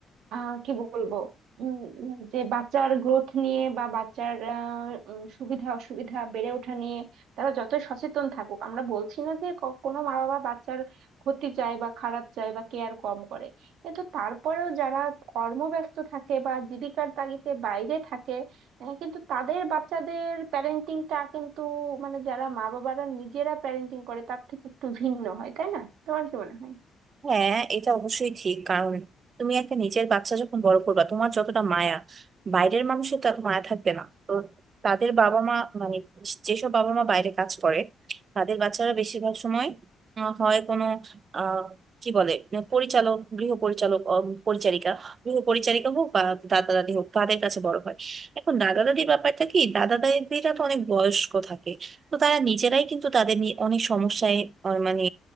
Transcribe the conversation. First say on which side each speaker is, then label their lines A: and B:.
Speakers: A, on the right; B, on the right.
A: আহ, কি বলবো উম, উম, যে বাচ্চার গ্রোথ নিয়ে বা বাচ্চার আহ, উম, সুবিধা অসুবিধা বেড়ে ওঠা নিয়ে তারা যতই সচেতন থাকুক আমরা বলছি না যে ক- কোনো মা বাবা বাচ্চার ক্ষতি চায় বা খারাপ চায় বা কেয়ার কম করে কিন্তু তারপরেও যারা কর্মব্যস্ত থাকে বা জীবিকার তাগিদে বাইরে থাকে আহ, কিন্তু তাদের বাচ্চাদের প্যারেন্টিংটা কিন্তু মানে যারা মা বাবারা নিজেরা প্যারেন্টিং করে তার থেকে একটু ভিন্ন হয় তাই না তোমার কি মনে হয়
B: হ্যাঁ এটা অবশ্যই ঠিক কারণ তুমি একটা নিজের বাচ্চা যখন বড় করবা তোমার যতটা মায়া বাইরের মানুষের তো এত মায়া থাকবে না তো তাদের বাবা মা মানে যেসব বাবা মা বাইরে কাজ করে তাদের বাচ্চারা বেশিরভাগ সময় আহ, হয় কোনো আহ কি বলে মানে পরিচালক গৃহ পরিচালক অ, পরিচারিকা গৃহ পরিচারিকা হোক বা দাদা দাদি হোক তাদের কাছে বড় হয় এখন দাদা দাদির ব্যাপারটা কি দাদা দাদিরা তো অনেক বয়স্ক থাকে তো তারা নিজেরাই কিন্তু তাদের নিয়ে অনেক সমস্যায় আহ, মানে